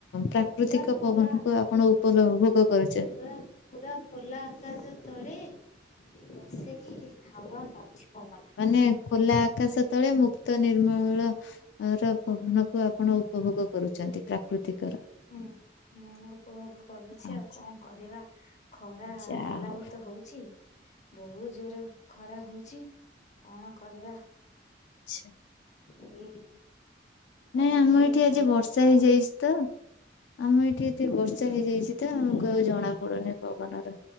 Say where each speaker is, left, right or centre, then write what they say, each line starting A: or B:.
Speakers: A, on the left (about 80°); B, on the left (about 40°).
A: ପ୍ରାକୃତିକ
B: ପୁରା ଖୋଲା
A: ପବନକୁ ଆପଣ
B: ପୁରା
A: ଉପଭୋଗ କରୁଛନ୍ତି।
B: ପୁରା ପୁରା ଖୋଲା ଆକାଶ ତଳେ, ବସିକି ହାୱା ଖାଉଛି ପବନ।
A: ମାନେ ଖୋଲା ଆକାଶ ତଳେ ମୁକ୍ତ ନିର୍ମଳ ର ପବନକୁ ଆପଣ ଉପଭୋଗ କରୁଛନ୍ତି, ପ୍ରାକୃତିକର
B: ହୁଁ- ହୁଁ ଉପଭୋଗ କରୁଛି,
A: ଆଚ୍ଛା
B: ଆଉ କଣ କରିବା? ଖରା
A: ଯାହା
B: ହେଲା
A: ହଉ
B: ବୃତ ହଉଛି। ବହୁତ ଜୋରେ ଖରା ହଉଛି, କଣ କରିବା?
A: ଆଛା
B: ଏଇ ପବନ
A: ନାଇଁ ଆମ
B: ଟିକେ
A: ଏଠି
B: ଖାଇବା
A: ଆଜି ବର୍ଷା
B: କଥା
A: ହେଇଯାଇଚି। ତ ଆମ ଏଠି ଏଠି ବର୍ଷା ହେଇଯାଇଛି ତ ଆମକୁ ଆଉ ଜଣା ପଡୁନି ପବନର।